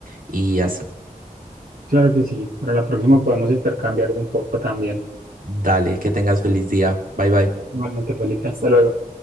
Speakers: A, on the right (about 70°); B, on the right (about 80°).
A: y así.
B: claro que sí, para la próxima podemos intercambiar un poco también.
A: Dale, que tengas feliz día. Bye bye.
B: Igualmente, Felipe, hasta luego.